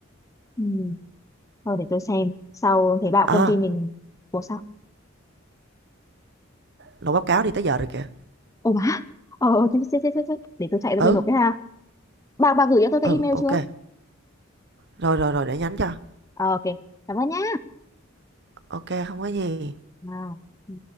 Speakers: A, on the left; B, on the right.
A: Ừ. Thôi để tôi xem. Sau thấy bảo
B: Ờ,
A: công ty mình Ủa sao?
B: nộp báo cáo đi tới giờ rồi kìa.
A: Ồ má. Ờ, ờ, chết, chết, chết, chết. chết. Để tôi chạy ra
B: Ừ,
A: tôi nộp cái ha. Bà, bà gửi cho tôi cái
B: ừ,
A: email
B: ok.
A: chưa?
B: Rồi rồi rồi để nhắn cho.
A: Ờ, ok cảm ơn nhá
B: Ok, không có gì.
A: à, ừ.